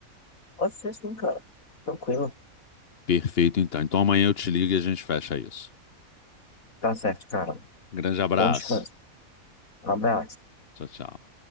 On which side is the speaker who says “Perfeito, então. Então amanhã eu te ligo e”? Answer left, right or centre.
Left